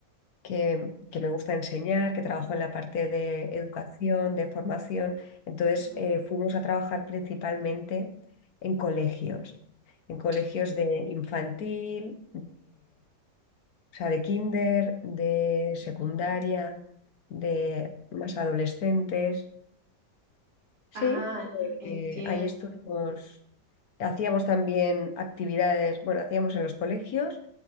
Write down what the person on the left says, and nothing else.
que, que me gusta enseñar, que trabajo en la parte de educación, de formación. Entonces,
eh, fuimos a trabajar principalmente en colegios, en colegios
de infantil, O sea, de kinder, de secundaria,
de más adolescentes. Sí,
eh, ahí estuvimos, hacíamos también actividades, bueno, hacíamos en los colegios